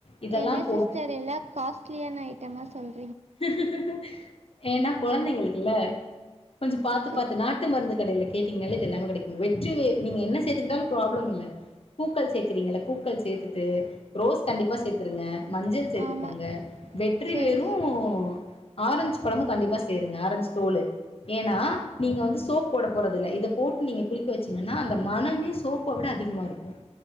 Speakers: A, on the left; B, on the right.
A: இதெல்லாம்
B: என்ன
A: போட்டு
B: சிஸ்டர் எல்லாம் காஸ்ட்லியான ஐட்டமா சொல்
A: ஹ்ஹ் ஏன்னா குழந்தைங்களுக்குல்ல கொஞ்சம் பார்த்து
B: சரி
A: பார்த்து நாட்டு மருந்து கடையில கேட்டீங்கன்னாலே இது எல்லாமே கிடைக்கும் வெற்றிவேரு நீங்க என்ன சேர்த்துக்கிட்டாலும் ப்ராப்ளம் இல்ல பூக்கள் சேர்க்குறீங்க பூக்கள் சேர்த்துட்டு ரோஸ் கண்டிப்பா சேர்த்துருங்க மஞ்சள் சேர்த்துக்கோங்க
B: ஆமாம்
A: வெற்றி
B: சரி
A: வேறும் ஓ ஆரஞ்சு பழமும் கண்டிப்பா சேருங்க ஆரஞ்சு தோல் ஏன்னா நீங்க வந்து சோப் போட போறதுல்ல இத போட்டு நீங்க குளிக்க வச்சீங்கன்னா அந்த மனமே சோப்பை விட அதிகமா இருக்கும்